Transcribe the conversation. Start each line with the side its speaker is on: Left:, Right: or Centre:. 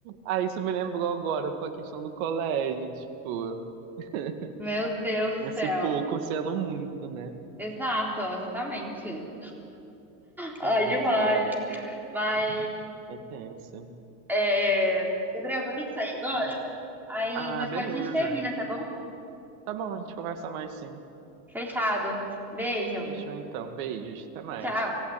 Right: Aí isso me lembrou agora com a questão do colégio, tipo, <laughs>
Centre: Meu Deus do
Right: esse
Centre: céu.
Right: pouco sendo muito, né?
Centre: Exato, exatamente. Ai,
Right: Ai,
Centre: demais.
Right: cara,
Centre: Mas,
Right: é tenso.
Centre: é... Gabriel, vou ter que sair agora. Aí
Right: Ah,
Centre: mais
Right: beleza.
Centre: tarde a gente termina, tá bom?
Right: Tá bom, a gente conversa mais sim.
Centre: Fechado. Beijo.
Right: Fechou então. Beijos, até mais.
Centre: Tchau.